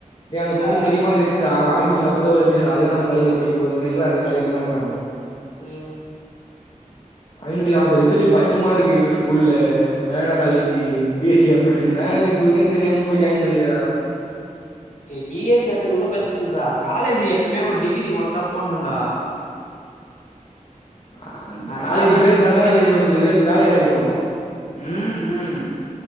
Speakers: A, on the left (about 45°); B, on the left (about 70°).
A: டே அந்த பொண்ணு
B: ஆ ஆ
A: நெறியா மார்க்கு எடு த்துச்சுடா ஐநூத்தி நாப்பாது அவ்ளே எடுத்துச்சுடா அது என்டா உங்க காலேஜுலா படிக்கப்போது இல்ல றா அது எங்க காலேஜு தானுறானுங்கே
B: ம்
A: ஐநூத்தி நாற்பது எடுத்துட்டு ஃபஸ்ட் மார்க்கு எங்க ஸ்கூல்ல மேகனா college B S C computer science நா எது க்குதுனே தெரியாம போயி ஜாயின் பண்ணிருக்குது அதால
B: ஏ பி எஸ் சி ஏத்தது கூட பிரச்சனா இல்லடா காலேஜ் எப்பவுமே ஒரு டிகிரி ஒருத்தா போணுண்டா
A: ஆ அந்த
B: அது
A: காலேஜ்
B: நல்லா படிக்கிற
A: பேரு இருந்தா
B: பொண்ணுக்கே
A: தா
B: தெர்ல
A: இ இ
B: பாரு
A: இதுக்கு வேல கெடைக்கு
B: ம் ம்